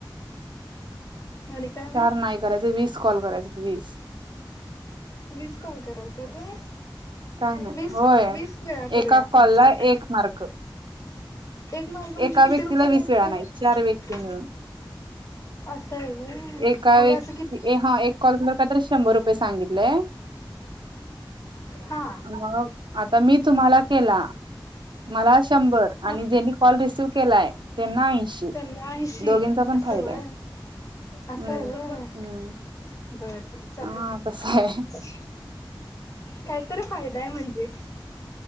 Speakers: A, on the left; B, on the right.
A: आणि काय?
B: चार नाही करायचे, वीस कॉल करायचे वीस
A: वीस कॉल करायचेत व्हय?
B: काय नाही
A: वीस
B: होय
A: वीस वेळा करूया
B: एका
A: आपण
B: कॉलला
A: कॉल.
B: एक मार्क
A: एक मार्क म्हणजे
B: एका
A: किती
B: व्यक्तीला
A: रुपये
B: वीस
A: मिळत्यात?
B: वेळा नाही चार व्यक्ती मिळून
A: असाय व्हय,
B: एका
A: मग
B: व्यक्ती
A: असं कीत
B: हा एक कॉल केल्यावर काय तर शंभर रुपये सांगितलय.
A: हा
B: मग, आता मी तुम्हाला केला. मला शंभर आणि,
A: हा
B: ज्यांनी कॉल रिसिव केलाय त्यांना ऐंशी.
A: त्यांना ऐंशी,
B: दोघींचा पण
A: असं
B: फायदा
A: व्हय,
B: आहे
A: असाय
B: हम्म
A: व्हय.
B: हम्म
A: बर चल
B: हा तस आहे
A: काय तर फायदा आहे म्हणजे.